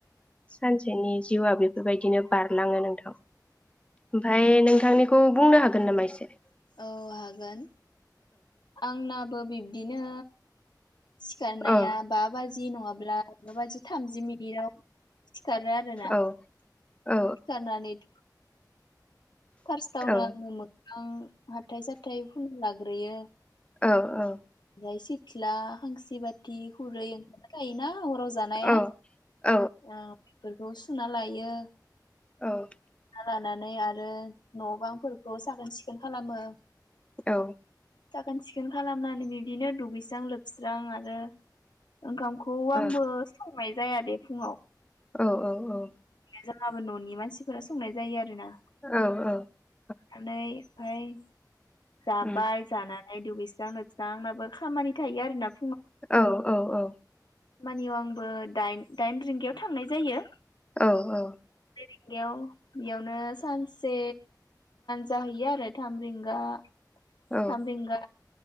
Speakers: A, on the left; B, on the left.
A: सानसेनि जिउआ बे बेबायदिनो बारलाङो नोंथां ओमफाय नोंथांनि खौ बुंनो हागोन नामा इसे?
B: औ हागोन आंना बो बिब्दिनो सिखारनाया
A: औ
B: बा बाजि नङाब्ला बा बाजि थामजि मिनि बियाव सिखारो आरोना
A: औ
B: सिखारनानै
A: औ
B: फार्स्टावनो
A: औ
B: आङो मोखां हाथाय साथाय फुना लाग्रोयो।
A: औ औ
B: ओ सिथला खांसि बाथि खुरै ओंखार थायो ना हराव जानाया
A: औ औ औ
B: अ बेफोरखौ सुना लायो।
A: औ
B: लानानै आरो न बांफोरखौ साखोन सिखोन खालामो।
A: औ
B: साखोन सिखोन खालामनानै बिदिनो दुगैस्रां लोब स्रां आरो ओंखामखौ
A: औ
B: आंबो संनाय जाया दे फुङाव
A: औ औ औ
B: जोंहाबो ननि मानसिफोरा संनाय जायो आरो ना।
A: औ औ
B: माने ओमफ्राय जाबाय
A: उम
B: जाना दुगैस्रां लोबस्रां आंनाबो खामानि थायो आरो ना
A: औ औ औ
B: मानियाव आंबो दाइन दाइन रिंगायाव थांनाय जायो।
A: औ औ
B: रिंगायाव बेयाव नो सानसे जाहैयो आरो थाम रिंगा
A: औ
B: थामि रिंगा